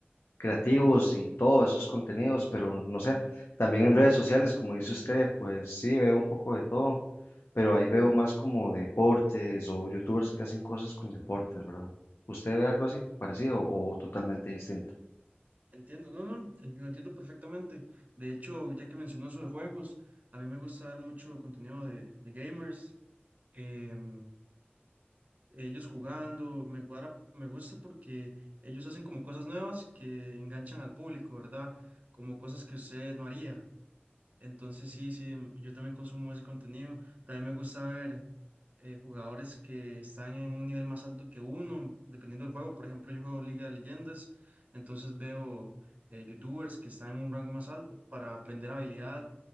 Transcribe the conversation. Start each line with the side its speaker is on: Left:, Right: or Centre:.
Left: creativos y todos esos contenidos, pero no sé, también en redes sociales, como dice usted, pues sí, veo un poco de todo, pero ahí veo más como deportes o youtubers que hacen cosas con deportes, ¿verdad? ¿Usted ve algo así, parecido o totalmente distinto?
Right: Entiendo, no, no, en- lo entiendo perfectamente. De hecho, ya que mencionó eso de juegos, a mí me gusta ver mucho contenido de, de gamers. em, ellos jugando, me cuadra, me gusta porque ellos hacen como cosas nuevas que enganchan al público, ¿verdad? Como cosas que usted no haría. Entonces sí, sí, m- yo también consumo ese contenido. También me gusta ver eh, jugadores que están en un nivel más alto que uno, dependiendo del juego. Por ejemplo, yo juego Liga de Leyendas, entonces veo eh, youtubers que están en un rango más alto para aprender habilidad